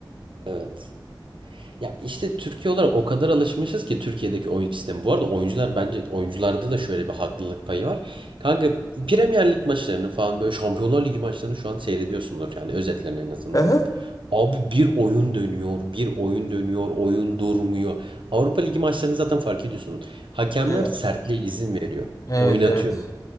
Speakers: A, on the right; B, on the left.
A: Evet. Ya işte Türkiye olarak o kadar alışmışız ki Türkiye'deki oyun sistemi. Bu arada oyuncular bence oyuncularda da şöyle bir haklılık payı var. Kanka Premier Lig maçlarını falan böyle Şampiyonlar Ligi maçlarını şu an seyrediyorsundur yani özetlerini en azından.
B: Hı hı.
A: Abi bir oyun dönüyor, bir oyun dönüyor, oyun durmuyor. Avrupa Ligi maçlarını zaten fark ediyorsunuz. Hakemler
B: Duruyor.
A: sertliğe izin veriyor,
B: Evet
A: oynatıyor.
B: evet.